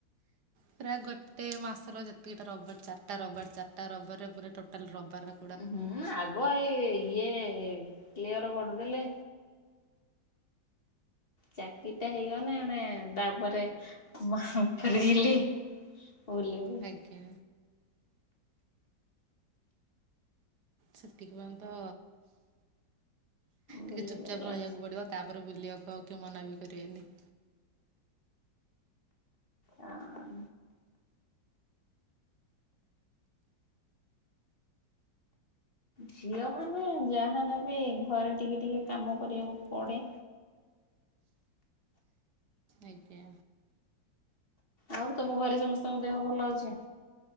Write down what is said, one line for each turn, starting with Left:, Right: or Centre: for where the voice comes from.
Right: ପୁରା ଗୋଟେ ମାସର ଯେତିକିଟା ରବିବାର ଚାରିଟା ରବିବାର ଚାରିଟା ରବିବାରରେ ପୁରା ଟୋଟାଲ ରବିବାରର
Left: ହୁଁ ଆଗ ଏଇ ଇଏ କ୍ଲିୟର କରିଦେଲେ। ଚାକିରିଟା ହେଇଗଲେ ଏଣେ ତାପରେ ମା ଫେରିଲି ବୁଲିବ
Right: ଆଜ୍ଞା। ସେତିକି ପଯ୍ୟନ୍ତ
Left: ବୁଲି
Right: ଟିକେ ଚୁପଚାପ
Left: ପାରିବା।
Right: ରହିବାକୁ ପଡିବ ତାପରେ ବୁଲିବାକୁ ଆଉ କିଏ ମନା ବି କରିବେନି।
Left: ହଁ ଝିଅ ମାନେ ଯାହା ନେବେ ଘରେ ଟିକେ ଟିକେ କାମ କରିବାକୁ ପଡେ।
Right: ଆଜ୍ଞା।
Left: ଆଉ ତମ ଘରେ ସମସ୍ତଙ୍କ ଦେହ ଭଲ ଅଛି?